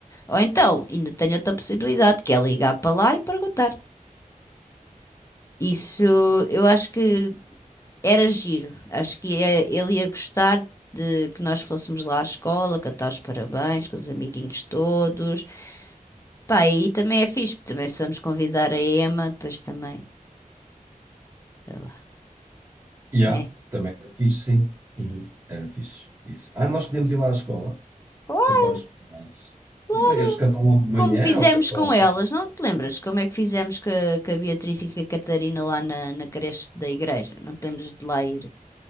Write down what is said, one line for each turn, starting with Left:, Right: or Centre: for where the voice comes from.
Left: Ou então, ainda tenho outra possibilidade, que é ligar para lá e perguntar. Isso eu acho que era giro. Acho que eh, ele ia gostar de que nós fôssemos lá à escola, cantar os parabéns com os amiguinhos todos. Pá, e também é fixe, porque também se vamos convidar a Emma, depois também, sei lá,
Right: E há,
Left: né?
Right: também era fixe, sim. Uhum. Era fixe, isso. Ah, nós podemos ir lá à escola,
Left: Claro,
Right: cantar os parabéns.
Left: claro.
Right: Mas eles cantam logo de
Left: Como
Right: manhã
Left: fizemos
Right: ou cantam
Left: com
Right: à tarde?
Left: elas, não te lembras como é que fizemos com a, com a Beatriz e com a Catarina lá na, na creche da igreja? Não te lembras de lá ir